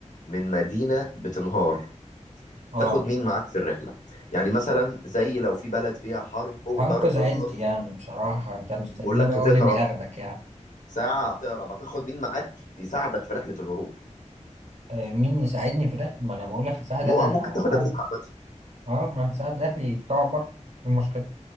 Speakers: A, on the left (about 80°); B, on the right (about 60°).
A: من مدينه بتنهار
B: اه
A: تاخد مين معاك في الرحله يعني مثلا زي لو في بلد فيها حرب وضرب
B: هنقذ عيلتي
A: نار
B: يعني بصراحة انت مستنيني
A: بيقول لك
B: بقى اقول
A: هتهرب
B: اني هاخدك يعني
A: ساعة تهرب هتاخد مين معاك يساعدك في رحلة الهروب
B: آه مين يساعدني في ده ما انا بقول لك هساعد
A: مو-
B: انا
A: أو ممكن تاخد
B: اه
A: أبوك عامة
B: اه ما هساعد اهلي يطلعوا بره إيه المشكلة